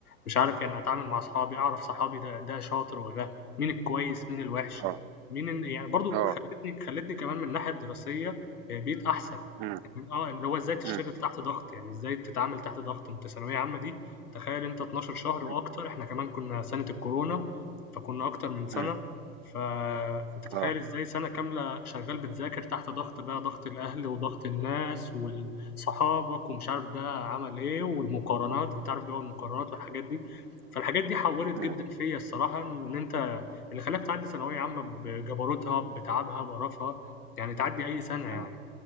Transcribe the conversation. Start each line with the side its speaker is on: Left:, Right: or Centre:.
Left: مش عارف يعني أتعامل مع أصحابي، أعرف صحابي ده ده شاطر والّا ده، مين الكويس، مين الوحش،
Right: اه
Left: مين ال يعني برضه
Right: اه
Left: خلّتني خلّتني كمان من الناحية الدراسية آآ، بيت أحسن،
Right: أم،
Left: يعني آه، اللي هو إزاي تشتغل
Right: أم،
Left: تحت ضغط، يعني إزاي تتعامل تحت ضغط، أنت ثانوية عامة دي تخيل أنت 12 شهر وأكتر،
Right: أم،
Left: إحنا كمان كنا سنة الكورونا، فكنا أكتر من سنة،
Right: أم،
Left: فأنت تخيل
Right: اه
Left: إزاي سنة كاملة شغال بتذاكر تحت ضغط بقى، ضغط الأهل وضغط الناس وال صحابك ومش عارف ده عمل إيه والمقارنات، أنت عارف جو المقارنات والحاجات دي، فالحاجات دي حوّلت
Right: أم،
Left: جدًا فيّا الصراحة إن أنت اللي خلاك تعدّي ثانوية عامة بجبروتها، بتعبها، بقرفها، يعني تعدّي أي سنة يعني.
Right: أم.